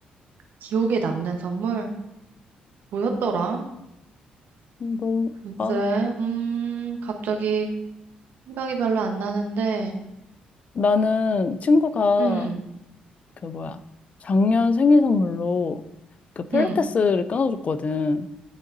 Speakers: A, on the right; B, on the left.
A: 기억에 남는 선물? 뭐였더라?
B: 음, 너무,
A: 글쎄,
B: 아,
A: 음, 갑자기 생각이 별로 안 나는데,
B: 나는 친구가
A: 음,
B: 그 뭐야 작년 생일 선물로 그 필라테스를
A: 음.
B: 끊어줬거든.